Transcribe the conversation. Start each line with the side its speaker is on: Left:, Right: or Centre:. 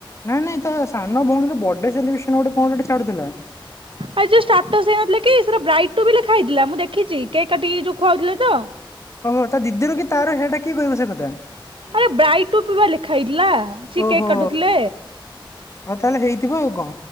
Left: ନାଇଁ ନାଇଁ ତ ସାନ ଭଉଣୀର ବର୍ଡେଲିବ୍ରେସନ କଣ ଗୋଟେ ଛାଡୁଥିଲା,
Right: ଆ ଯୋଉ ସ୍ଟାଟସ ଦେଇନଥିଲା କି ସେ ବ୍ରାଇ ଟୁବି ଲେଖାହେଇଥିଲା ମୁଁ ଦେଖିଛି କେକ କାଟିକି ଯୋଉ ଖୁଆଉଥିଲେ ତ,
Left: ଓହୋ ତା ଦିଦି ର କି ତାର ସେଇଟା କିଏ କହିବ ସେ କଥା,
Right: ଆରେ ବ୍ରାଇଡ ଟୁ ବା ଲେଖା ହେଇଥିଲା ସେ
Left: ଓହୋ
Right: କେକ୍ କାଟୁଥିଲେ,
Left: ଆଉ ତାହେଲେ ହେଇଥିବ ଆଉ କଣ।